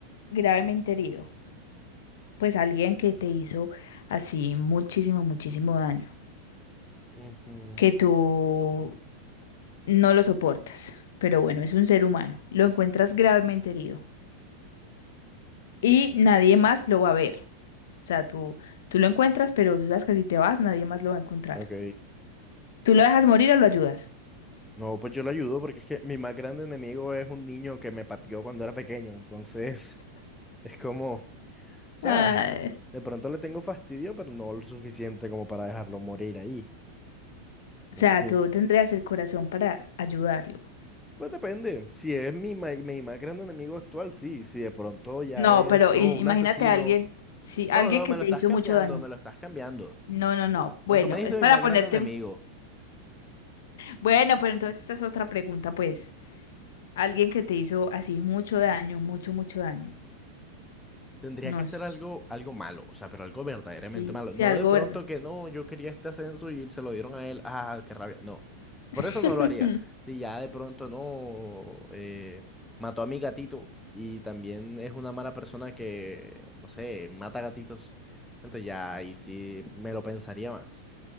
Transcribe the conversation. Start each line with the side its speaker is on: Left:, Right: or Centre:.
Left: gravemente herido. Pues alguien que te hizo así muchísimo, muchísimo daño.
Centre: ujú.
Left: Que tú no lo soportas. Pero bueno, es un ser humano. Lo encuentras gravemente herido. y nadie más lo va a ver. O sea, tú, tú lo encuentras, pero tú sabes que si te vas, nadie más lo va a encontrar.
Centre: Ok
Left: ¿Tú lo dejas morir o lo ayudas?
Centre: No, pues yo lo ayudo porque es que mi más grande enemigo es un niño que me pateó cuando era pequeño, entonces <laughs> es como, o sea,
Left: Ay,
Centre: de pronto le tengo fastidio, pero no lo suficiente como para dejarlo morir ahí.
Left: O
Centre: Entonces,
Left: sea, tú tendrías el corazón para ayudarlo.
Centre: pues depende, si es mi, ma- mi más grande enemigo actual, sí, si de pronto ya
Left: No,
Centre: es,
Left: pero
Centre: no,
Left: i-
Centre: un
Left: imagínate
Centre: asesino.
Left: a alguien, sí,
Centre: No,
Left: alguien
Centre: no,
Left: que
Centre: me
Left: te
Centre: lo estás
Left: hizo
Centre: cambiando,
Left: mucho daño.
Centre: me lo estás cambiando.
Left: No, no, no. Bueno,
Centre: No, tú me dijiste
Left: es
Centre: mi
Left: para
Centre: más
Left: ponerte.
Centre: grande enemigo.
Left: Bueno, pero entonces esta es otra pregunta, pues. Alguien que te hizo así mucho daño, mucho, mucho daño.
Centre: Tendría
Left: No,
Centre: que hacer
Left: s-
Centre: algo, algo malo, o sea, pero algo verdaderamente
Left: sí,
Centre: malo.
Left: sí,
Centre: No
Left: algo
Centre: de pronto
Left: verde.
Centre: que no, yo quería este ascenso y se lo dieron a él. Ah, qué rabia. No,
Left: <laughs>
Centre: por eso no lo haría. Si ya de pronto no, eh, mató a mi gatito y también es una mala persona que, no sé, mata gatitos. Entonces ya ahí sí me lo pensaría más.